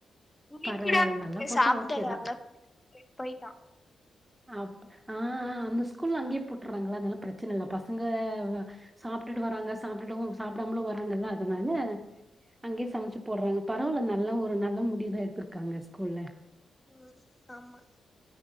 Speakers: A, on the left; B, on the right.
A: புடிக்கல
B: பரவால்ல நல்லா போட்டா
A: சாப்பிடல
B: ஓகேதா
A: <inaudible> அங்க போயிட்டா
B: அப் ஆ அ அந்த ஸ்கூல்ல அங்கயே போட்டுறாங்களா அதனால பிரச்சனை இல்ல பசங்க சாப்பிட்டுட்டு வராங்க சாப்பிடவு சாப்பிடாமலு வராங்கல்ல அதனால அங்கேயே சமச்சு போடுறாங்க பரவாயில்ல நல்ல ஒரு நல்ல முடிவுதா எடுத்திருக்காங்க ஸ்கூல்ல
A: ம் ஆமா